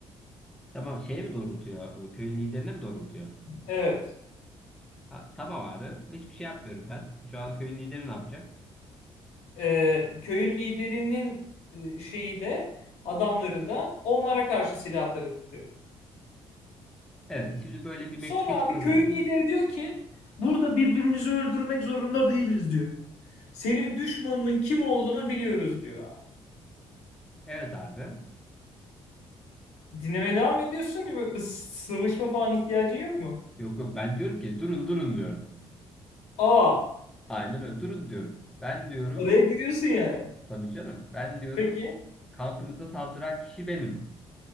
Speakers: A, in the centre; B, on the left (about 85°).
A: Tamam. Şeye mi doğrultuyor? Köyün liderine mi doğrultuyor?
B: Evet.
A: Ha, tamam abi. Hiçbir şey yapmıyorum ben. Şu an köyün lideri ne yapacak?
B: e, köyün liderinin e, şeyi de adamları da onlara karşı silahları tutuyor.
A: Evet. e, Şimdi böyle bir
B: Sonra
A: Meksika çıkmazı
B: abi köyün
A: mı gibi?
B: lideri diyor ki burada birbirimizi öldürmek zorunda değiliz diyor. Senin düşmanının kim olduğunu biliyoruz diyor abi.
A: Evet abi.
B: Dinlemeye devam ediyorsun ve bir sıvışma falan ihtiyacın yok mu?
A: Yok yok ben diyorum ki durun durun diyorum.
B: Aa,
A: Aynen öyle durun diyorum. Ben diyorum
B: araya giriyorsun yani.
A: tabii canım ben diyorum
B: Peki.
A: kampınıza saldıran kişi benim